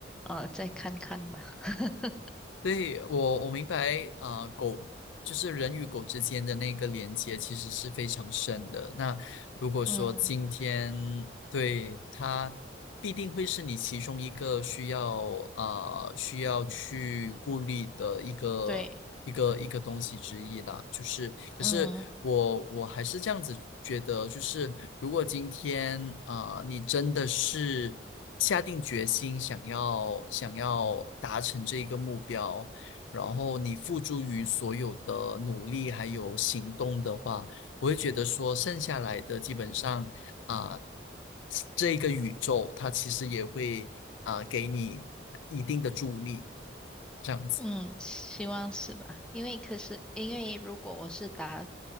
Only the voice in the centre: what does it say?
呃，再看看吧。<laughs>
嗯，
对，
嗯
嗯，希望是吧？因为可是因为如果我是打，